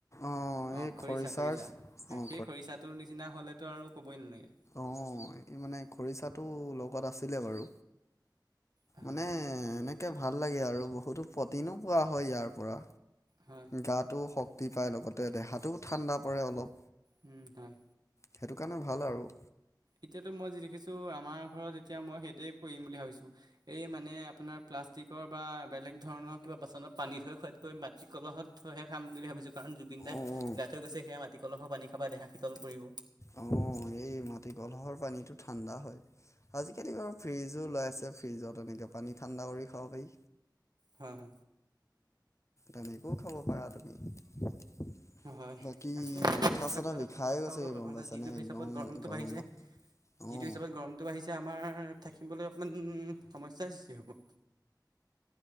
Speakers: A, on the left; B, on the right.
A: অঁ
B: অ'
A: এই
B: খৰিচা
A: খৰিচাৰ
B: খৰিচা
A: অঁ
B: সেই খৰিচাটোৰ নিচিনা হলেতো আৰু কবই নালাগে।
A: অ', <unintelligible> মানে খৰিচাটো লগত আছিলে বাৰু
B: হয়
A: মানে
B: হয়
A: এনেকে ভাল লাগে আৰু বহুতো প্ৰটিনো পোৱা হয় ইয়াৰ পৰা
B: হয়
A: গাটো শক্তি পায় লগতে দেহাটোও ঠাণ্ডা পৰে অলপ
B: উম হয়।
A: সেইটো কাৰণে ভাল আৰু।
B: এতিয়াতো মই যি দেখিছো আমাৰ ঘৰত এতিয়া মই সেইটোৱে কৰিম বুলি ভাবিছো এই মানে আপোনাৰ। প্লাষ্টিকৰ বা বেলেগ ধৰণৰ কিবা বাচনত পানী থৈ খোৱাতকৈ মাটি কলহত থৈহে খাম বুলি ভাবিছোঁ। কাৰণ জুবিন দাই
A: অঁ
B: গাই থৈ গৈছে সেয়া মাটি কলহৰ পানী খাবা দেহা শীতল পৰিব।
A: অ' এই। মাটি কলহৰ পানীটো ঠাণ্ডা হয়, আজিকালি বাৰু ফ্ৰিজো ওলাইছে ফ্ৰিজত এনেকে পানী। ঠাণ্ডা কৰি খাব পাৰি।
B: হয়।
A: তেনেকৈও খাব পাৰা তুমি।
B: হয়,
A: বাকী
B: তাকে তেনেকুৱা
A: মাথা চাথা
B: কিবা এটা
A: বিষাই
B: ব্যৱস্থা
A: গৈছেগে
B: কৰি <unintelligible>
A: গম
B: নহলে
A: পাইছানে
B: যি। যিটো হিচাপত
A: একদম
B: গৰমটো
A: গৰমত
B: বাঢ়িছে যিটো
A: অঁ।
B: হিচাপত গৰমটো বাঢ়িছে আমাৰ। থাকিবলৈ অকণমান সমস্যাৰ সৃষ্টি হ'ব।